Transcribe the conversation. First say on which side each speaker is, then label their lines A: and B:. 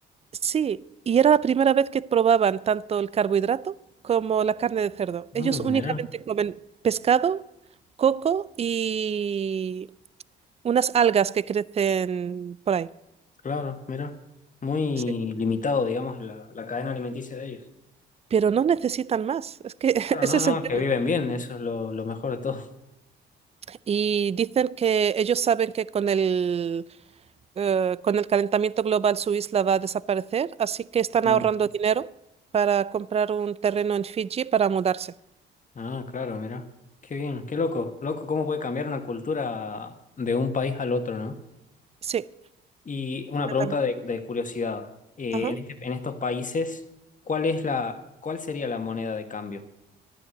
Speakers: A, on the right; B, on the left.
A: Sí, y era la primera vez que probaban tanto el carbohidrato como la carne de cerdo.
B: Mm,
A: Ellos únicamente
B: mira,
A: comen pescado, coco y unas algas que crecen por ahí.
B: claro, mira. Muy
A: Sí.
B: limitado, digamos, la, la cadena alimenticia de ellos.
A: Pero no necesitan más. Es que <laughs>
B: Claro,
A: ese
B: no,
A: es
B: no,
A: el
B: es
A: tema.
B: que viven bien, eso es lo, lo mejor de todo. <laughs>
A: Y dicen que ellos saben que con el eh, con el calentamiento global su isla va a desaparecer, así que están
B: Mm.
A: ahorrando dinero para comprar un terreno en Fiji para mudarse.
B: Ah, claro, mira. Qué bien, qué loco. Loco, cómo puede cambiar una cultura de un país al otro, ¿no?
A: Sí,
B: Y una
A: completamente.
B: pregunta de, de curiosidad. Eh,
A: Ajá.
B: en este- en estos países, ¿cuál es la, cuál sería la moneda de cambio?